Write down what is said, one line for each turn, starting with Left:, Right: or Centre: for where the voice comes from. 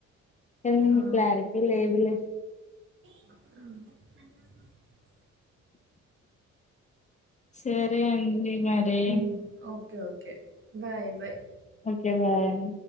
Left: ఎ
Right: ఆ,
Left: క్లారిటీ లేదు లే
Right: ఆ
Left: సరే అండి మరి
Right: హ్మ్ okay okay bye bye
Left: కెలా యన్